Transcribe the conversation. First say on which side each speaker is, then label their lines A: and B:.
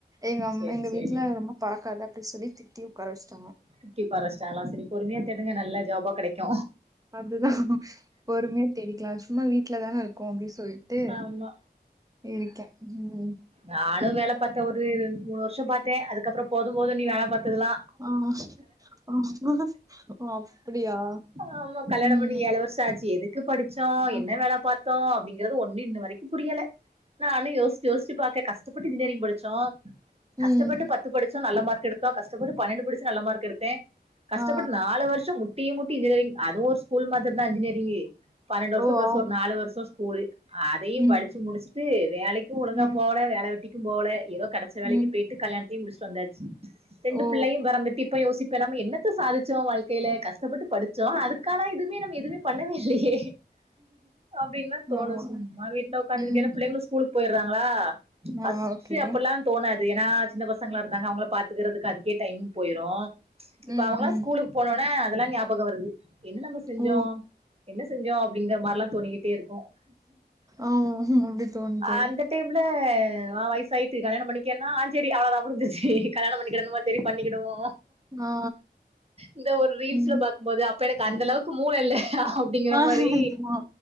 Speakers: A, on the right; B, on the right.
A: எங்க அம்
B: சேரி
A: எங்க
B: சேரி
A: வீட்ல ரொம்ப பறக்காத அப்டி சொல்லி திட்டி உக்காரவச்சுட்டாங்க
B: திட்டி உக்காரவச்சுட்டாங்களா சரி பொறுமையா தேடுங்க நல்ல ஜாபா கெடைக்கு
A: அப்டிதா பொறுமையா தேடிக்லா சும்மா வீட்ல தான இருக்கோ அப்டி சொல் ட்டு
B: ஆமா
A: இருக்கே ம்
B: நானும் வேல பாத்தே ஒரு ரெண்டு மூணு வருஷ பாத்தே அதுக்கப்ற போது போது நீ வேல பாத்ததலா
A: ஆ அப்பறோ அப்டியா
B: ஆமா கல்யாண
A: ம்
B: பண்ணி ஏழு வருஷ ஆச்சு எதுக்கு படிச்சோ
A: ஆ.
B: என்ன வேல பாத்தோ அப்டிங்கறது ஒன்னு இன்ன வரைக்கு புரியல நானு யோசிச்சு யோசிச்சு பாக்க கஷ்டப்பட்டு இன்ஜினியரிங் படிச்சோ
A: ம்
B: கஷ்டப்பட்டு பத்து படிச்சு நல்ல மார்க் எடுத்தோ கஷ்டப்பட்டு பன்னெண்டு படிச்சு நல்ல மார்க் எடுத்தே கஷ்டப்பட்டு
A: ஆ
B: நாலு வருஷ முட்டி முட்டி இன்ஜினியரிங் அதுவு ஒரு ஸ்கூல் மாதிரி தா இன்ஜினியரிங்கு பன்னெண்டு வருஷ
A: ஓ
B: பிளஸ்
A: ஆ
B: ஒரு நாலு வருஷ ஸ்கூலு அதயு
A: ம்
B: படிச்சு முடிச்சுட்டு வேலைக்கு ஒழுங்கா
A: ம்
B: போல வேல வெட்டிக்கு போல எதோ கடச்ச
A: ம்
B: வேலைக்கு போயிட்டு கல்யாண தயு முடிச்சட்டு வந்தாச்சு ரெண்டு
A: ஓ
B: பிள்ளையு பெறந்துட்டு இப்ப யோசிப்ப நம்ம என்னத்த சாதிச்சோ வாழ்க்கைல கஷ்ட ப்பட்டு படிச்சோ அதுக்கான எதுமே நம்ம எதுவுமே பண்ணவே இல்லயே அப்டின்லா தோணு
A: ஆமா
B: சும்மா வீட்ல உட்காந்துக்கிட்டு
A: ம்
B: என்னா பிள்ளைங்களு ஸ்கூலுக்கு போயிறாங்களா ஃபர்ஸ்ட்
A: ஆ ஓகே
B: அப்பல்லா தோணாது ஏன்னா சின்ன பசங்களா இருந்தாங்க அவங்கள பாத்துக்குறதுக்கு அதுக்கே டைம் போய்ரு இப்ப
A: ம்
B: அவங்களா
A: ம்
B: ஸ்கூலுக்கு போனோனே அதெல்லா ஞாபக வருது என்ன நம்ம செஞ்சோ
A: ஓ
B: என்ன செஞ்சோ அப்டிங்கிற மாரிலா தோணிக்கிட்டே இருக்கு
A: ஆமா மா அப்டி தோணுதே
B: அந்த டைம்ல ஆ வயசு ஆயிட்டு கல்யாண பண்ணிக்கேனா ஆஞ் சரி அவ்ளோ தா முடிஞ்சிருச்சு கல்யாண பண்ணிக்கிடனுமா சரி பண்ணிக்கிடுவோ
A: ஆ
B: இந்த ஒரு ரீல்ஸ்ல
A: ம்
B: பாக்குபோது அப் ப்ப எனக்கு அந்த அளவுக்கு மூள இல்ல அப்டிங்கிற
A: ஆ ஆமா
B: மாரி